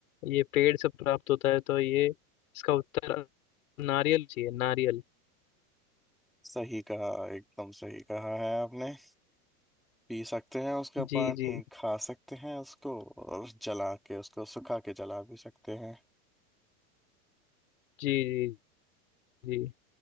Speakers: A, on the left (about 65°); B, in the centre.
A: ये पेड़ से प्राप्त होता है तो ये इसका उत्तर नारियल चाहिए नारियल
B: सही कहा एकदम सही कहा है आपने पी सकते हैं उसका
A: जी
B: पानी
A: जी
B: खा सकते हैं उसको और जला के उसको सुखा के जला भी सकते हैं
A: जी जी जी